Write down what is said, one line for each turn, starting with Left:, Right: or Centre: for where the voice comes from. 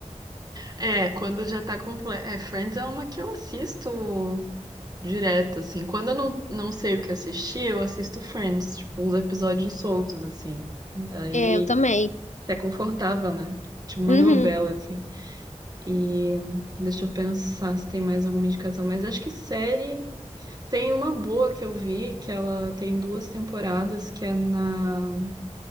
Right: É, quando já tá completo. É, Friends é uma que eu assisto Direto, assim. Quando eu não, não sei o que assistir, eu assisto Friends, tipo, uns episódios soltos, assim. Daí
Left: É, eu também.
Right: é confortável, né? Tipo uma
Left: Uhum.
Right: novela, assim. E deixa eu pensar se tem mais alguma indicação. Mas acho que série. Tem uma boa que eu vi, que ela tem duas temporadas, que é na,